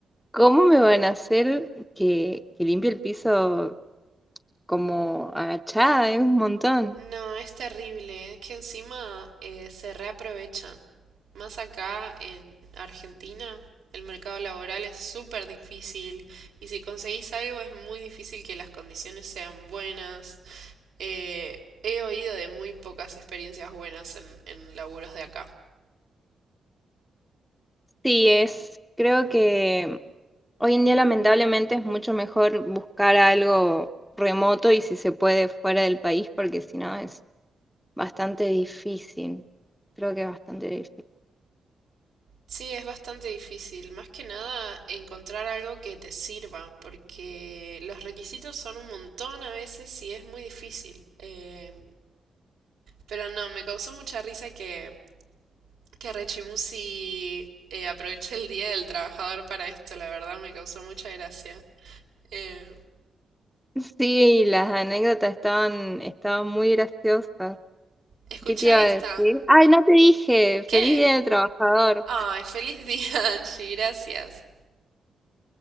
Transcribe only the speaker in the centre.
¿Cómo me van a hacer que, que limpie el piso como agachada? Es un montón.
Sí, es, creo que hoy en día lamentablemente es mucho mejor buscar algo remoto y si se puede fuera del país, porque si no es bastante difícil. Creo que es bastante difícil.
<laughs> Sí, las anécdotas estaban, estaban muy graciosas.
¿Qué te iba
a decir? Ay, no te dije,
feliz día del trabajador.